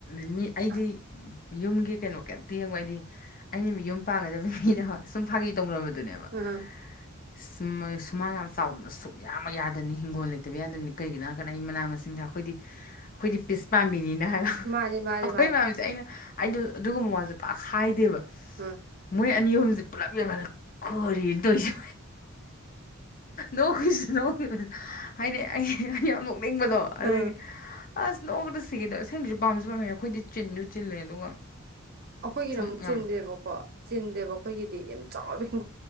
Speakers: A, on the left; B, on the right.
A: ꯃꯤ ꯑꯩꯗꯤ
B: ꯑ
A: ꯌꯨꯝꯒꯤ ꯀꯩꯅꯣ ꯀꯩꯝꯇ ꯌꯦꯕ ꯑꯩꯗꯤ ꯑꯩꯅ ꯌꯨꯝ ꯄꯥꯡꯒꯗꯕ ꯃꯤꯗ ꯍꯣꯏ ꯁꯨꯝ ꯐꯥꯒꯤ ꯇꯧꯅꯕꯗꯨꯅꯦꯕ
B: ꯎꯝ
A: ꯁꯨꯃꯥꯡ ꯌꯥꯝ ꯆꯥꯎꯗꯕ ꯁꯨꯛ ꯌꯥꯝ ꯑꯃ ꯌꯥꯗꯕꯅꯤ ꯍꯤꯡꯒꯣꯜ ꯂꯩꯇꯕ ꯌꯥꯗꯕꯅꯤ ꯀꯩꯒꯤꯅꯣ ꯍꯥꯏꯔ ꯀꯗ ꯑꯩ ꯃꯅꯥ ꯃꯁꯤꯡ ꯀꯥꯛ ꯑꯩꯈꯣꯏꯗꯤ ꯑꯩꯈꯣꯏꯗꯤ ꯄꯤꯁ ꯄꯥꯝꯕꯤꯅꯤꯅ ꯍꯥꯏꯕꯣ
B: ꯃꯥꯅꯤ ꯃꯥꯅꯤ
A: ꯑꯩꯈꯣꯏ
B: ꯃꯥꯅꯤ
A: ꯄꯥꯝꯃꯤꯁꯦ ꯑꯩꯅ ꯑꯩꯗꯣ ꯑꯗꯨꯒꯨꯝꯕ ꯋꯥꯜꯁꯦ ꯄꯥꯛ ꯈꯥꯏꯗꯦꯕ
B: ꯎꯝ
A: ꯃꯣꯏ ꯑꯅꯤ ꯑꯍꯨꯝꯁꯦ ꯄꯨꯂꯞ ꯌꯦꯡꯈꯜꯂ ꯈꯣꯔꯤꯅ ꯇꯧꯔꯤꯁꯦ ꯅꯣꯛꯈꯁꯨ ꯅꯣꯛꯈꯤꯕ ꯍꯥꯏꯗꯤ ꯑꯩ ꯌꯥꯝ ꯅꯣꯛꯅꯤꯡꯕꯗꯣ ꯑꯗꯨꯒꯤ
B: ꯎꯝ
A: ꯑꯁ ꯅꯣꯛꯑꯒꯗ ꯁꯤꯒꯗꯣ ꯁꯦꯡꯒꯤꯁꯨ ꯄꯥꯝꯁꯨ ꯄꯥꯝꯃꯦ ꯑꯩꯈꯣꯏꯗꯤ ꯆꯤꯟꯁꯨ ꯆꯤꯜꯂꯦ ꯑꯗꯨꯒ
B: ꯑꯩꯈꯣꯏꯒꯤꯅ
A: ꯁꯨꯝ
B: ꯑꯃꯨꯛ ꯆꯤꯟꯗꯦꯕꯀꯣ
A: ꯌꯥꯝ
B: ꯆꯤꯟꯗꯦꯕ ꯑꯩꯈꯣꯏꯒꯤꯗꯤ ꯌꯥꯝ ꯆꯥꯎꯔꯕꯤ